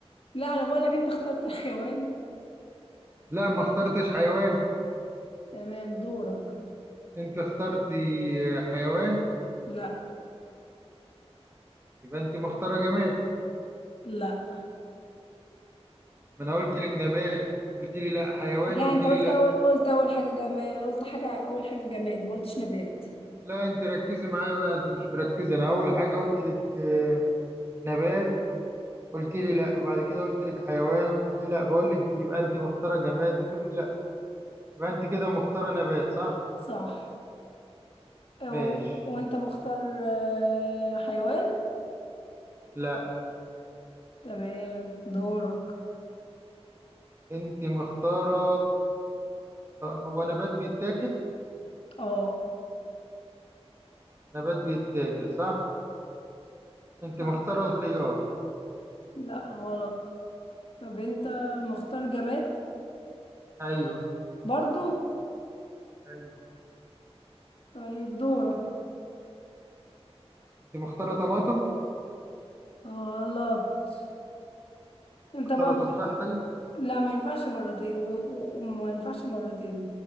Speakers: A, on the left; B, on the right.
A: لا انا بقولك انت اخترت الحيوان
B: لا ما اخترتش حيوان
A: تمام دورك
B: انت اخترتي حيوان
A: لا
B: يبقى انت مختاره جماد
A: لا
B: ما انا قلت لك نبات قلت لي لا حيوان
A: لا
B: قلت
A: انت
B: لي
A: قلت
B: لا
A: اول قلت اول حاجة جماد قلت حاجة اول حاجة جماد ما قلتش نبات
B: لا انت ركزي معايا بقى انت مش مركزه انا اول حاجه قلت لك آه، نبات قلت لي لا وبعد كده قلت لك حيوان قلت لي لا بقول لك يبقى انت مختاره جماد بتقولي لا يبقى انت كده مختاره نبات صح
A: صح آه،
B: ماشي
A: و- وانت مختار آه، حيوان
B: لا
A: تمام دورك
B: انت مختاره هو نبات بيتاكل
A: اه
B: نبات بيتاكل صح انت
A: صح
B: مختاره الخيار
A: لا غلط طب انت مختار جماد
B: ايوه
A: برضو
B: ايوه
A: طيب دورك
B: انت مختاره طماطم
A: غلط انت
B: مختارة
A: بقى
B: تفاحتي
A: مخ... لا ما ينفعش مرتين و- و- وما ينفعش مرتين